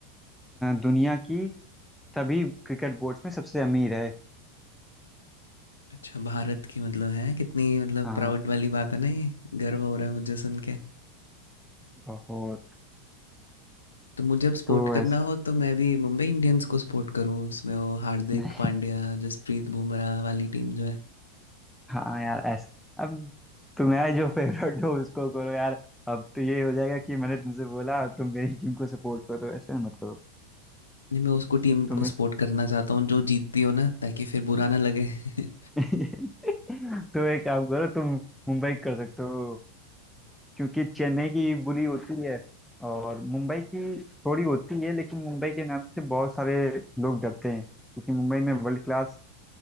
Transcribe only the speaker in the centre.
दुनिया की सभी क्रिकेट बोर्ड्स में सबसे अमीर है
हाँ
बहुत
तो
ऐस
नहीं
हाँ यार ऐसा अब तुम्हारा जो फेवरेट हो उसको करो यार अब तो ये हो जाएगा कि मैंने तुमसे बोला तुम मेरी टीम को सपोर्ट करो ऐसा मत करो
तुम्हें
<laughs> तो एक काम करो तुम मुंबई कर सकते हो क्योंकि चेन्नई की बुरी होती है और मुंबई की थोड़ी होती है लेकिन मुंबई के नाम से बहुत सारे लोग डरते हैं क्योंकि मुंबई में वर्ल्ड क्लास